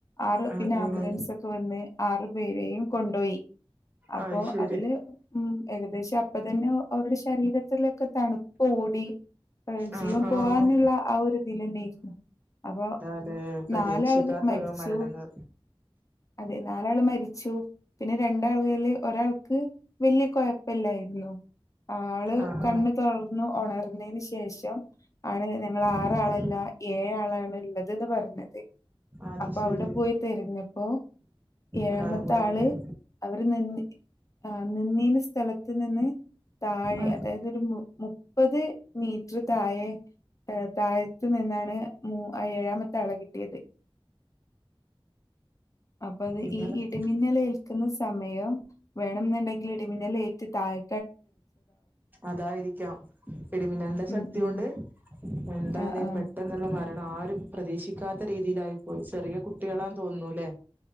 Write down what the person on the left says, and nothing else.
ആറ്
പിന്നെ ആംബുലൻസ്
ഒക്കെവന്ന് ആറു പേരെയും കൊണ്ടോയി അപ്പൊ
അതില് ഉം ഏകദേശം അപ്പതന്നെ അവരുടെ ശരീരത്തിലൊക്കെ തണുപ്പ് ഓടി ഏ
ജീവൻ
പോവാന്നുള്ള ആ ഒരു ഇതിലന്നേര്ന്നു അപ്പൊ
നാലാള് മരിച്ചു
അതെ നാലാള് മരിച്ചു പിന്നെ രണ്ടാളേല് ഒരാൾക്ക് വലിയകൊഴ ഇല്ലായിരുന്നു ആള്
കണ്ണ് തൊ ർന്നു ഉണർന്നന് ശേഷം ആണ് ഞങ്ങള്
ആറാളല്ല ഏഴ് ആളാണ് ള്ളത് തെന്ന് പറഞ്ഞത്
അപ്പോ
അവിടെ പോയി തെരഞ്ഞപ്പോ ഏഴാമത്തെ
ആള്
അവര് നിന്ന് നിന്നീന്ന സ്ഥലത്ത് നിന്ന് താഴെ
അതായത് ഒരു മു മുപ്പത് മീറ്റർ താഴെ താഴത്ത് നിന്നാണ് മു ഏഴാമത്തെ ത്തെ ആളെ കിട്ടിയത് അപ്പോ അത്
ഈ ഇടിമിന്നല് ഏൽക്കുന്ന സമയം വേണംന്നുണ്ടെങ്കിൽ ഇടിമിന്നലേറ്റ് താഴെ
ഉം
ഉം.
ആഹ് ആഹ്.